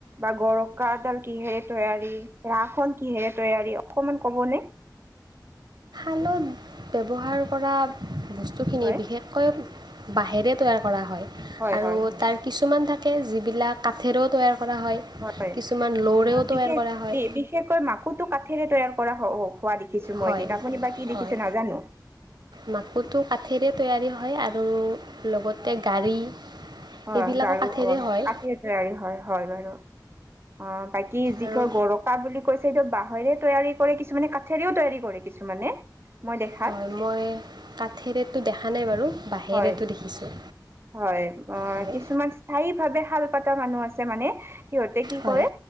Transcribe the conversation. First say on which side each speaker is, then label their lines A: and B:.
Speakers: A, on the right; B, on the right.
A: বা গৰক ককডাল কিহেৰে তৈয়াৰী ৰাস খন কিহেৰে তৈয়াৰী অকনমান কবনেে
B: তালত ব্যৱহাৰ কৰা ব্তুখিন
A: হয়।
B: বিশষৈ বাঁহে তৈ কৰা হয়
A: হয়,
B: আৰু
A: হয়, হয়।
B: তছু গকে যিবিলাক কাঠেৰেও তৈয়াৰ কৰা
A: হয়
B: কিছুমান লৰেও তৈয়াৰ
A: বিশেষ
B: কৰা হয়
A: বিশেষকৈ মাকোতটো কাঠেৰে তৈয়াৰ কৰা হোৱা দেখিছো মই
B: হয়
A: কিন্তু আপুনি বা কি দেখিছে
B: হয়
A: নাজানো
B: মাকুটো কাঠেৰে তৈয়াৰী হয় আৰু লগতে গাড়ী
A: হয়
B: এইবিলাকো
A: গাৰু
B: কাঠেৰে
A: অ
B: হয়
A: কাঠি তৈয়াৰী হয় হয় বাৰু অ বাকী যি
B: আৰু
A: কয় গৰকা বুলি কৈছে এইটো বাহহেৰে তৈয়াৰী কৰে কিছুমানে কাঠোৰীও তৈয়ী কৰে কিছুমানে মই দেখাত
B: হয় মই কাঠে ৰেটটো দেখা নাই বাৰু বাঁহে
A: হয়
B: ৰেটো দেখিছোঁ
A: হয় অ
B: হয়
A: কিছুমান স্থায়ী ভাৱে শাল পাতা মানুহ আছে মানে সিহঁতে কি
B: হয়
A: কৰে